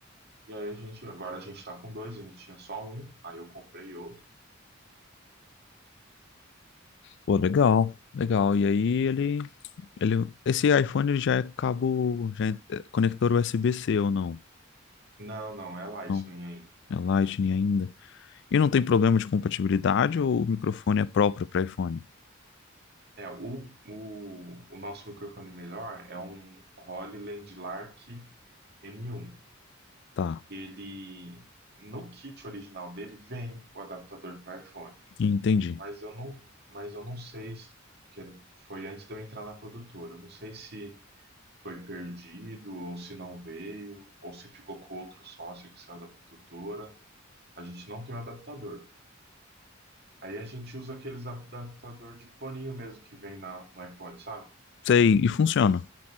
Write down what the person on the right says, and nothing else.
E aí a gente, agora a gente tá com dois, a gente tinha só um, aí eu comprei outro.
Não, não, é Lightning
ainda.
É, o, o, o nosso microfone melhor é um Rode Landlark M1.
Ele, no kit original dele, vem o adaptador para iPhone.
mas eu não, mas eu não sei se que foi antes de eu entrar na produtora. Eu não sei se foi perdido ou se não veio ou se ficou com outro sócio que saiu da produtora. A gente não tem o adaptador. Aí a gente usa aqueles adaptador de foninho mesmo que vem na, no iPhone, sabe?